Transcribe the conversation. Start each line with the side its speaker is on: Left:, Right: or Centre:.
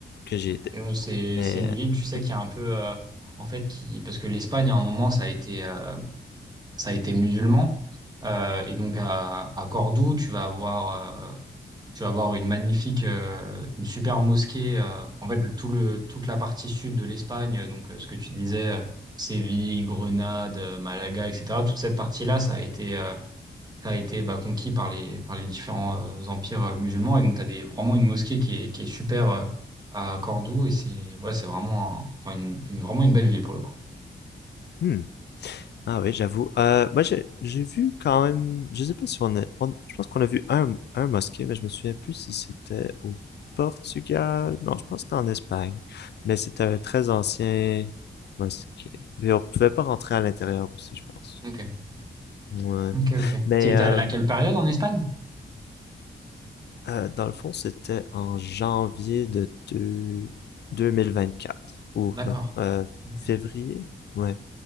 Left: que j'y étais,
Right: Et donc, c'est,
Left: mais
Right: c'est une
Left: euh,
Right: ville, tu sais,
Left: ouais.
Right: qui est un peu, euh, en fait, qui, parce que l'Espagne, à un moment, ça a été, euh, ça a été musulman. Euh, et donc à, à Cordoue, tu vas avoir euh, Tu vas avoir une magnifique, euh, une super mosquée. euh, en fait, le- tout le, toute la partie sud de l'Espagne, euh, donc euh, ce que tu disais, euh, Séville, Grenade, euh, Malaga, etc. Toute cette partie-là, ça a été, euh, ça a été bah, conquis par les, par les différents euh, empires euh, musulmans. Et donc, tu as des, vraiment une mosquée qui est, qui est super euh, à Cordoue. Et c'est ouais, c'est vraiment, un- enfin, une, une- vraiment une belle ville pour le coup.
Left: Hmm. Ah oui, j'avoue. Euh, moi, j'ai j'ai vu quand même. Je sais pas si on a. on- je pense qu'on a vu un, un mosquée, mais je me souviens plus si c'était au Portugal. Non, je pense que c'était en Espagne. Mais c'était un très ancien mosquée. Mais on pouvait pas rentrer à l'intérieur aussi, je pense.
Right: Ok,
Left: Ouais.
Right: ok, ok.
Left: Mais
Right: Tu étais
Left: euh,
Right: allé à quelle période en Espagne?
Left: euh, dans le fond, c'était en janvier de deux- deux mille vingt-quatre Ou
Right: D'accord.
Left: non, euh,
Right: Ok,
Left: février? Ouais,